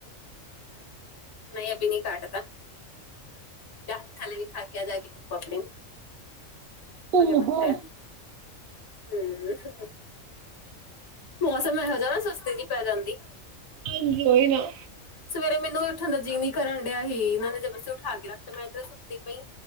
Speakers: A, on the left; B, on the right.
A: ਨਹੀਂ ਅਭਿ ਨਹੀਂ ਕਾਟ ਤਾ ਜਾ ਥੱਲੇ ਦਿਖਾਕੇ ਆ ਆਪਣੇ ਪਾਪਾ ਨੂੰ
B: ਓਹੋ
A: ਮਗਰਮੱਛ ਹੈ। ਹੂੰ ਮੌਸਮ ਇਹੋ ਜਿਹਾ ਨਾ ਸੁਸਤੀ ਜਿਹੀ ਪੈ ਜਾਂਦੀ।
B: <inaudible> ਕੋਈ ਨਾ
A: ਸਵੇਰੇ ਮੈਨੂੰ ਹੀ ਉਠਣ ਦਾ ਜੀ ਨਹੀ ਕਰਨ ਦਿਆ ਸੀ ਇਹਨਾਂ ਨੇ ਜਬਰਦਸਤੀ ਉਠਾ ਕੇ ਰੱਖ ਤੇ ਮੈਂ ਤੇ ਸੁੱਤੀ ਪਈ,